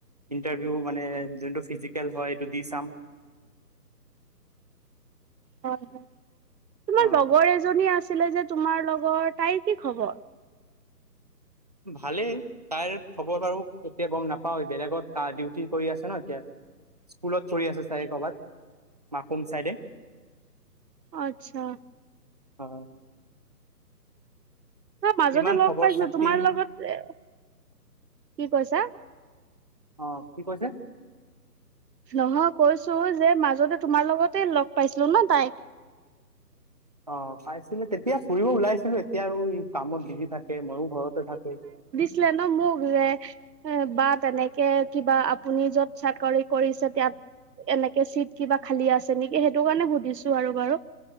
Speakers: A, on the right; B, on the right.
A: ইণ্টাৰভিউ মানে যোনটো ফিজিকেল হয় এইটো দি চাম।
B: হয় হয়। তোমাৰ
A: অ
B: লগৰ এজনী আছিলে যে তোমাৰ লগৰ, তাইৰ কি খবৰ?
A: ভালেই। তাইৰ খবৰ বাৰু কেতিয়া গম নাপাওঁ, বেলেগত ডিউটি কৰি আছে ন এতিয়া। স্কুলত ছৰি আছে চাগে কৰ'বাত, মাকুম চাইডে।
B: আচ্ছা!
A: হয়।
B: মাজতে
A: ইমান
B: লগ
A: খবৰ
B: পাইছো
A: খাতি
B: তোমাৰ লগত এ, কি কৈছা?
A: অঁ, কি কৈছে?
B: নহয় কৈছো যে মাজতে তোমাৰ লগতে লগ পাইছিলো ন' তাইক।
A: অ পাইছিলে, তেতিয়া ফুৰিব ওলাইছিলো এতিয়া আৰু কামত বিজি থাকে, মইয়ো ঘৰতে থাকো।
B: ট্ৰেন ম'ঘূৰাই এ বা তেনেকে কিবা আপুনি য'ত চাকৰি কৰিছে তিয়াত এনেকে চিট কিবা খালি আছে নেকি? সেইটো কাৰণে সুধিছো আৰু বাৰু।